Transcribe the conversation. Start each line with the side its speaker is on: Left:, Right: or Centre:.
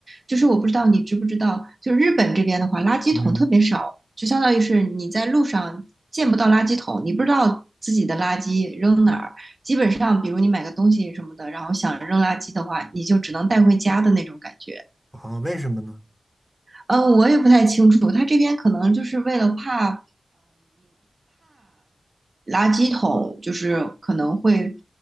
Right: 就是我不知道你知不知道，就是日本这边的话，垃圾桶特别少，
Centre: 嗯，
Right: 就相当于是你在路上见不到垃圾桶，你不知道自己的垃圾扔哪儿。基本上，比如你买个东西什么的，然后想扔垃圾的话，你就只能带回家的那种感觉。
Centre: 啊，为什么呢？
Right: 嗯，我也不太清楚，他这边可能就是为了怕垃圾桶，就是可能会，